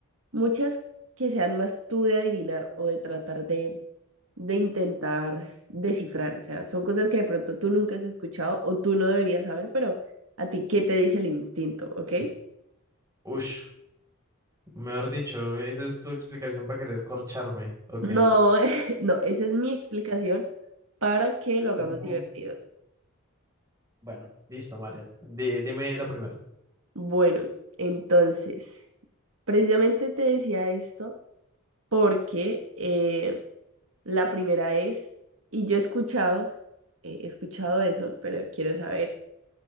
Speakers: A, on the right (about 70°); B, on the right (about 15°).
A: muchas que sean más tú de adivinar o de tratar de, de intentar descifrar, o sea, son cosas que de pronto tú nunca has escuchado o tú no deberías saber, pero a ti, ¿qué te dice el instinto? ¿Ok?
B: Ush, mejor dicho, esa es tu explicación para querer corcharme. Ok,
A: No, <laughs> no, esa es mi explicación para que lo hagamos
B: Ujú.
A: divertido.
B: bueno, listo, María. Di- dime la primera.
A: Bueno, entonces... Precisamente te decía esto porque eh, la primera es, y yo he escuchado, eh, he escuchado eso, pero quiero saber